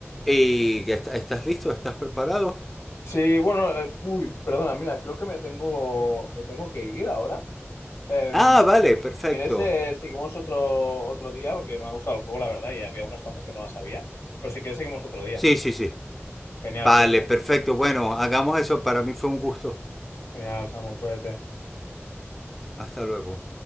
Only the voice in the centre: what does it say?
¿Y est- estás listo? ¿Estás preparado?
Ah, vale,
perfecto.
Sí, sí, sí.
Vale,
perfecto.
Bueno,
hagamos eso. Para mí fue un gusto.
Hasta luego.